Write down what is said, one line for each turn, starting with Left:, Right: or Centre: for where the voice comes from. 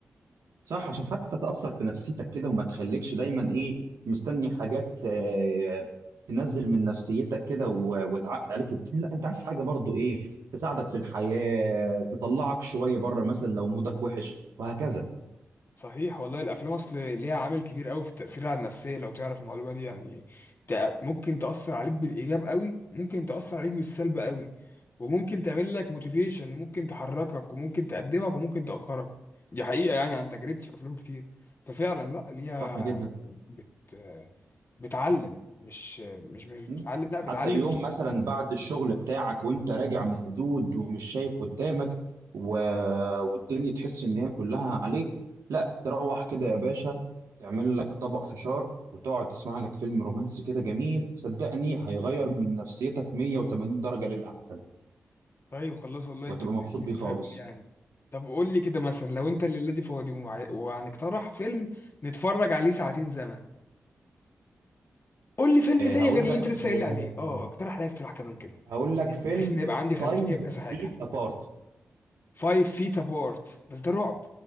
Right: صح عشان حتى تأثر في نفسيتك كده وما تخليكش دايما ايه مستني حاجات آه، تنزل من نفسيتك كده و- وتعقد عليك لا انت عايز حاجة برضو ايه تساعدك في الحياة تطلعك شوية بره مثلا لو مودك وحش وهكذا
Left: صحيح والله الافلام اصل ليها عامل كبير قوي في التاثير على النفسيه لو تعرف المعلومه دي يعني تأ- ممكن تاثر عليك بالايجاب قوي ممكن تاثر عليك بالسلب قوي وممكن تعمل لك موتيفيشن وممكن تحركك وممكن تقدمك وممكن تاخرك دي حقيقه يعني عن تجربتي في افلام كتير ففعلا لا ليها
Right: صح جدا
Left: بت بتعلم مش مش مش
Right: مم.
Left: بتعلم لا بتعلم
Right: حتى يوم مثلا بعد الشغل بتاعك وانت راجع مهدود ومش شايف قدامك و... والدنيا تحس ان هي كلها عليك لا تروح كده يا باشا تعمل لك طبق فشار وتقعد تسمع لك فيلم رومانسي كده جميل صدقني هيغير من نفسيتك 180 درجة للأحسن
Left: طيب خلاص والله
Right: وهتبقى
Left: انت اديتني
Right: مبسوط بيه
Left: تفاؤل
Right: خالص
Left: يعني طب قول لي كده مثلا لو انت الليله دي فاضي وع- وهنقترح فيلم نتفرج عليه ساعتين زمن قول لي فيلم
Right: آه،
Left: تاني
Right: هقول
Left: غير اللي
Right: لك
Left: انت لسه
Right: آه،
Left: قايل لي عليه اه اقترح عليا اقتراح كمان كده
Right: هقول لك
Left: يعني
Right: فيلم
Left: بحيث ان يبقى عندي خلفيه
Right: Five
Left: بكذا
Right: Feet
Left: حاجه
Right: Apart
Left: فايف فيت ابارت بس ده رعب